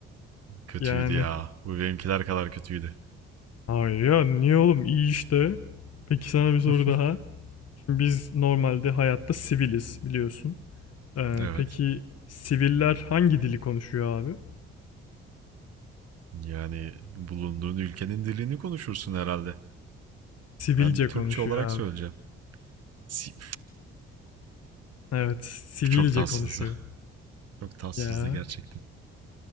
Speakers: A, on the right; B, on the left.
A: Kötüydü
B: Yani
A: ya. Bu benimkiler kadar kötüydü.
B: hayır ya niye oğlum iyi işte. Peki sana bir soru
A: <laughs>
B: daha. Şimdi biz normalde hayatta siviliz biliyorsun. Ee,
A: evet.
B: peki siviller hangi dili konuşuyor abi?
A: Yani bulunduğun ülkenin dilini konuşursun herhalde.
B: Sivilce
A: Ben Türkçe
B: konuşuyor
A: olarak
B: abi.
A: söyleyeceğim. Si-
B: Evet, sivilce
A: Çok tatsızdı.
B: konuşuyor.
A: Çok tatsızdı
B: Ya.
A: gerçekten.